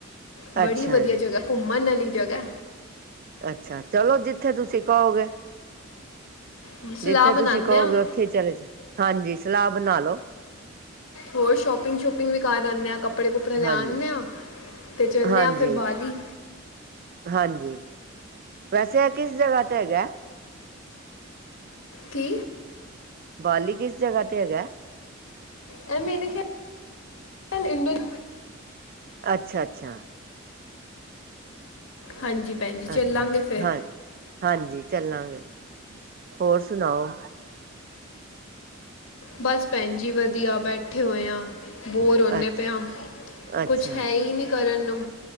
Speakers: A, on the left (about 85°); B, on the right (about 45°).
A: ਬੜੀ
B: ਅੱਛਾ
A: ਵਦੀਆ ਜਗਾਹ, ਘੁੰਮਣ ਅਲੀ ਜਗਹ ਐ
B: ਅੱਛਾ, ਚਲੋ ਜਿੱਥੇ ਤੁਸੀ ਕੌਗੇ।
A: ਹੁਣ ਸਲਾਹ
B: ਜਿੱਥੇ
A: ਬਣਾਉਂਦੇ
B: ਤੂਸੀ ਕੌਗੇ,
A: ਆ
B: ਓਥੇ ਈ ਚਲੇ, ਹਾਂਜੀ ਸਲਾਹ ਬਨਾ ਲੋ।
A: ਹੋਰ ਸ਼ੋਪਿੰਗ-ਸ਼ੂਪਿੰਗ ਵੀ ਕਰ ਆਨੇ ਆਂ, ਕੱਪੜੇ-ਕੁਪੜੇ ਲੈ
B: ਹਾਂਜੀ
A: ਆਨੇ ਆਂ। ਤੇ ਚਲਨੇ
B: ਹਾਂਜੀ
A: ਆਂ ਫੇਰ ਬਾਲੀ।
B: ਹਾਂਜੀ, ਵੈਸੇ ਐ ਕਿਸ ਜਗਾਹ ਤੇ ਹੈਗੈ?
A: ਕੀ?
B: ਬਾਲੀ ਕਿਸ ਜਗਾਹ ਤੇ ਹੈਗਾ ਐ?
A: ਐ ਮੇਰੇ ਖਆਲ ਅਲ ਇਂਡੋਨ
B: ਅੱਛਾ, ਅੱਛਾ।
A: ਹਾਂਜੀ, ਭੈਣ ਜੀ ਚੱਲਾਂਗੇ
B: ਅੱਛਾ,
A: ਫਿਰ
B: ਹਾਂ, ਹਾਂਜੀ ਚੱਲਾਂਗੇ, ਹੋਰ ਸੁਨਾਓ?
A: ਬਸ ਭੈਨ ਜੀ ਵਧੀਆ, ਬੈਠੇ ਹੋਏ ਆਂ। ਬੋਰ ਹੋਨੇ
B: ਅੱਛਾ
A: ਪੇਆਂ,
B: ਅੱਛਾ
A: ਕੁੱਛ ਹੈ ਈ ਨੀ ਕਰਨ ਨੂੰ।